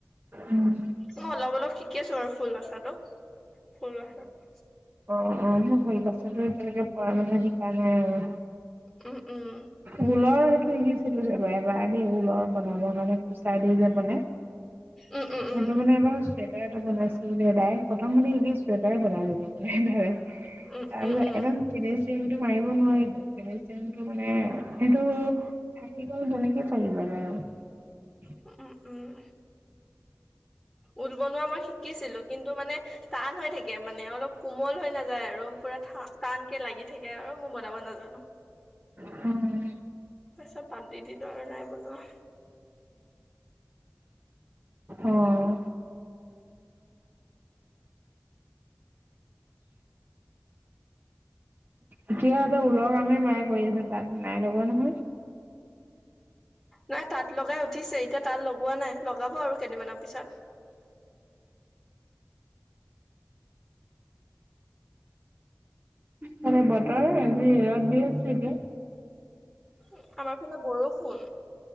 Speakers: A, on the right; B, in the centre.
A: উম
B: মই অলপ-অলপ শিকি আছো বাৰু ফুলবাচাটো - ফুলবাচাটো।
A: অহ', - অহ', মই ফুল বচাটো এতিয়া লৈকে পৰা নাই শিকা নাই আৰু।
B: উম, উম।
A: গ'লাই। অই' দিছিলো এবা এবাৰ দেই। ল'ৰা বনাবৰ কাৰণে কুচাই দি যে মানে।
B: উম, উম, উম,
A: সেইটো মানে এবাৰ ষ্টেতাৰ বনাইছিলো দে ডাইৰেক্ট, প্ৰথম মানে শিকিচো। ফিল্টাৰ বনাই ললি মানে ডাইৰেক্ট,
B: উম,
A: তাৰপিছত
B: উম, উম,
A: একদম ফিনিচিংটো মাৰিব নোৱাৰিল ফিনিচিং টো মানে সেইটো থাকি গ'ল তেনেকে। লাগিব জানো।
B: উম - উম-উম। অদো বনোৱা মই শিকিছিলো কিন্তু মানে টান হৈ থাকে মানে অলপ কোমল হৈ নাযায় আৰু পুৰা থান, টান কে লাগি থাকে আৰু মই বনাব নাজানো।
A: হম।
B: তাৰপিছত বাদ দি দিলোঁ আৰু নাই বনোৱা।
A: অহ। এতিয়াৰ পৰা ওলৰ কামেই মায়ে কৰি আছে তাঁত নাই লগোৱা নহয়।
B: নাই তাঁত লগাই উঠিছে এতিয়া তাঁত লগোৱা নাই, লগাব আৰু কেইদিনমানৰ পিছত।
A: হেল্ল' বতৰ আজি ৰ'দ দি আছে এতিয়া।
B: এ আমাৰফালে বৰষুণ।